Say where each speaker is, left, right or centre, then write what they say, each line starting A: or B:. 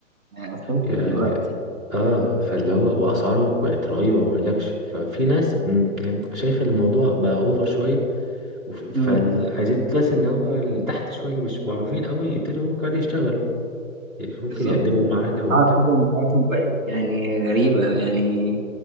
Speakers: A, on the right; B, on the right.
A: يعني أساسي
B: ده
A: دلوقتي
B: اه فاللي هو واسعاره بقت رهيبه ما اقولكش ففي ناس م- يعني شايفه الموضوع بقى اوفر شويه وف- فعايزين
A: مم،
B: الناس اللي هو اللي تحت شويه اللي مش معروفين قوي يبتدوا هم كمان يشتغلوا يعني
A: بالظبط
B: ممكن يقدموا معانا
A: الأسعار
B: وبتاع
A: فعلا بتاعتهم بقت يعني غريبة يعني